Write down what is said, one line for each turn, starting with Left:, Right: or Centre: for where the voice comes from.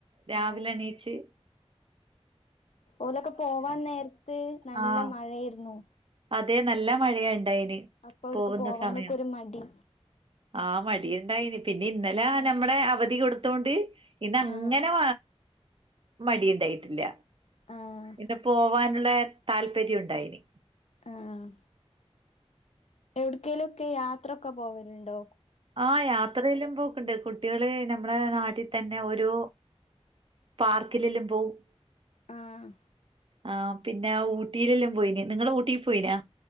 Right: രാവിലെ
Left: ആഹ്
Right: ണീച്ച്
Left: ഓലൊക്കെ പോവാൻ നേര്ത്ത് നല്ല
Right: ആഹ്
Left: മഴയേർന്നു.
Right: അതെ നല്ല മഴയാ ഇണ്ടായിന്
Left: അപ്പൊ അവർക്ക്
Right: പോവുന്ന
Left: പോവാനൊക്കെ
Right: സമയം
Left: ഒരു മടി
Right: ആഹ് മടി ഇണ്ടായിന്ന് പിന്നെ ഇന്നലെ
Left: ആഹ്
Right: നമ്മളെ അവധി കൊടുത്തോണ്ട് ഇന്നങ്ങനാ
Left: ആഹ്
Right: മടി ഇണ്ടായിട്ടില്ല.
Left: ആഹ്
Right: ഇന്ന് പോവാന്ള്ള താല്പര്യം ഉണ്ടായിനി
Left: ആഹ് എവ്ട്ക്കേലും ഒക്കെ യാത്രൊക്കെ പോവല്ണ്ടോ?
Right: ആഹ് യാത്രയെല്ലം പോക്ക്ണ്ട് കുട്ട് ട്ട്യോള് നമ്മളേ നാട്ടി തന്നെ ഒരു പാർക്കിലെല്ലും പോവും.
Left: ആഹ്
Right: ആഹ് പിന്നെ ഊട്ടിയിലെല്ലാം പോയിന്. നിങ്ങള് ഊട്ടി പോയിനാ?